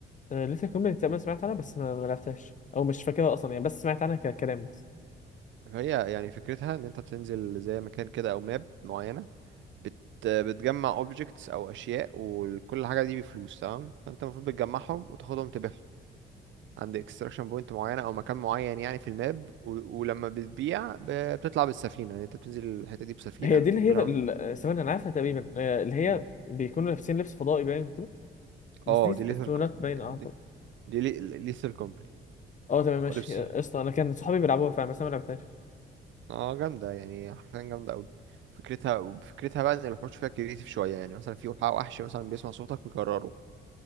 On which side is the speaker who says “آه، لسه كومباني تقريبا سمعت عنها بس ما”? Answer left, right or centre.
Left